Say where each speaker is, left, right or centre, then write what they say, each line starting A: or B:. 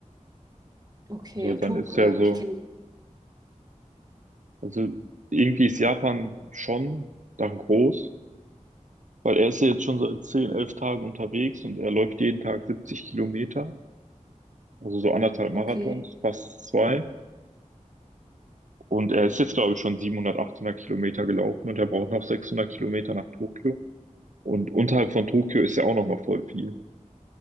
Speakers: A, on the right; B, on the right.
A: Okay,
B: So,
A: und
B: dann
A: Tok,
B: ist
A: äh,
B: ja so,
A: ich kenne.
B: also irgendwie ist Japan schon dann groß, weil er ist ja jetzt schon seit 10 11 Tagen unterwegs und er läuft jeden Tag 70 Kilometer, also so anderthalb Marathons,
A: Okay.
B: fast zwei. Und er ist jetzt, glaube ich, schon 700, 800 Kilometer gelaufen und er braucht noch 600 Kilometer nach Tokio. Und unterhalb von Tokio ist ja auch noch mal voll viel.